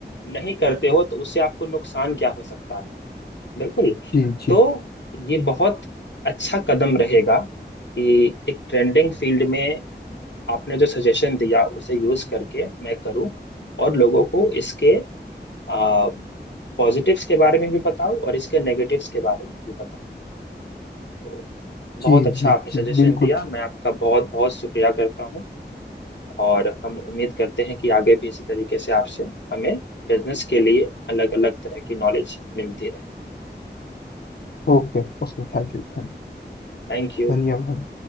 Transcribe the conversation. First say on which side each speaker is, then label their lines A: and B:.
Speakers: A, on the left; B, on the left.
A: नहीं करते हो तो उससे आपको नुकसान क्या हो सकता है बिल्कुल
B: जी जी
A: तो ये बहुत अच्छा कदम रहेगा कि एक ट्रेंडिंग फील्ड में आपने जो सजेशन दिया उसे यूज करके मैं करूं और लोगों को इसके आ, पॉजिटिव्स के बारे में भी बताऊं और इसके नेगेटिव्स के बारे में भी बताऊं तो बहुत
B: जी
A: अच्छा
B: जी
A: आपने
B: जी
A: सजेशन
B: बिल्कुल
A: दिया मैं आपका बहुत बहुत शुक्रिया करता हूं और हम उम्मीद करते हैं कि आगे भी इसी तरीके से आपसे हमें बिजनेस के लिए अलग अलग तरह की नॉलेज मिलती रहे
B: Okay okay thank you Thank
A: Thank you
B: you धन्यवाद